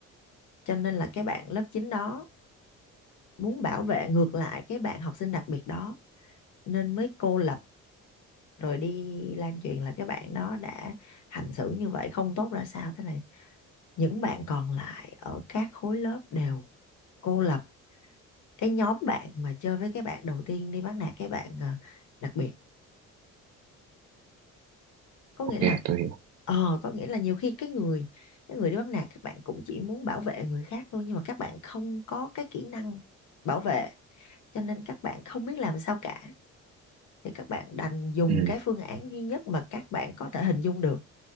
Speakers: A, on the left; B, on the right.
A: cho nên là cái bạn lớp 9 đó muốn bảo vệ ngược lại cái bạn học sinh đặc biệt đó nên mới cô lập rồi đi lan truyền là cái bạn đó đã hành xử như vậy không tốt ra sao, thế là những bạn còn lại ở các khối lớp đều cô lập cái nhóm bạn mà chơi với cái bạn đầu tiên đi bắt nạt cái bạn ờ, đặc biệt. Có
B: ok
A: nghĩa là
B: tôi hiểu
A: Ờ, có nghĩa là nhiều khi cái người cái người đi bắt nạt các bạn cũng chỉ muốn bảo vệ người khác thôi nhưng mà các bạn không có cái kỹ năng bảo vệ cho nên các bạn không biết làm sao cả thì các bạn đành dùng
B: ừ,
A: cái phương án duy nhất mà các bạn có thể hình dung được